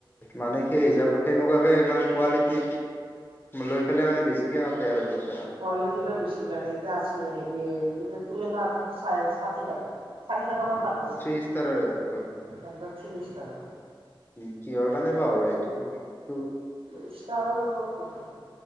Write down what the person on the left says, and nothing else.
মানে সেই হিচাপত সেনেকুৱাকে মানে কোৱালিটি লৈ পেলাই মানে বেছিকে কাটে আৰু পইচা।
থ্ৰী ষ্টাৰৰ ৰেটতটো
উ কিহৰ কাৰণে বা হয় এইটো? ত